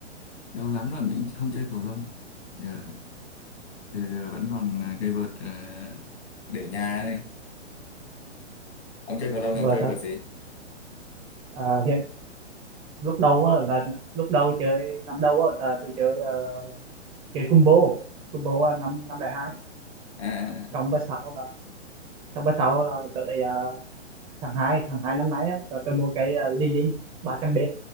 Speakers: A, on the left (about 65°); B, on the right (about 15°).
A: lâu lắm rồi mình không chơi cầu lông giờ giờ, giờ vẫn còn ờ, cây vợt ờ, Để nhà này. Ông chơi cầu lông
B: vừa
A: thì ông chơi
B: thôi
A: vợt gì?
B: à, hiện lúc đầu á là lúc đầu chơi năm đầu á là tôi chơi uh, chơi combo combo năm năm đại hai
A: À.
B: xong bữa sau là xong bữa sau là tới ờ, tháng hai tháng 2 năm nay á tớ, tớ mua cái uh, Lilin ba trăm b